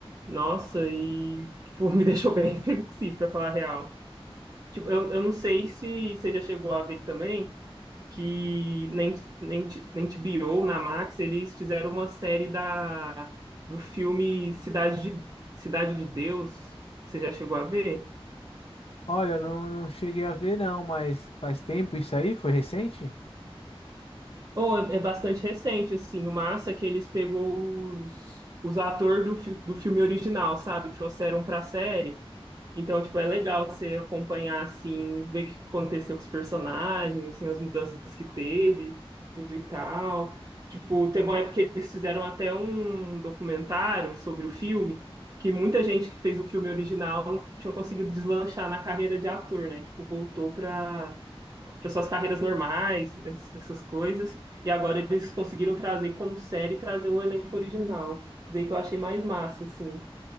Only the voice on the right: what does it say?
Nossa, e, tipo, <laughs> me deixou bem reflexivo, pra falar a real. Tipo, eu, eu não sei se você já chegou a ver também que nem, nem, T- nem HBO, na Max, eles fizeram uma série da, do filme Cidade de, Cidade de Deus. Você já chegou a ver?
Ou é, é bastante recente, assim. O massa é que eles pegou os, os atores do, fi- do filme original, sabe? Trouxeram pra série. Então, tipo, é legal você acompanhar, assim, ver o que aconteceu com os personagens, assim, as mudanças que teve, tudo e tal. Tipo, teve uma época que eles fizeram até um documentário sobre o filme, que muita gente que fez o filme original tinha conseguido deslanchar na carreira de ator, né? Tipo, voltou pra para suas carreiras normais, essas coisas. E agora eles conseguiram trazer como série, trazer o elenco original. Daí que eu achei mais massa, assim.